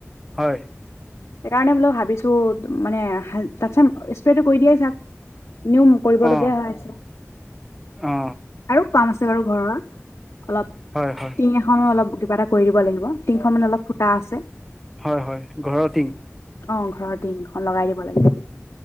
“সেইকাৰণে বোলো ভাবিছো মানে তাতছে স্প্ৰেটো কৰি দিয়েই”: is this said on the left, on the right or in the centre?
Left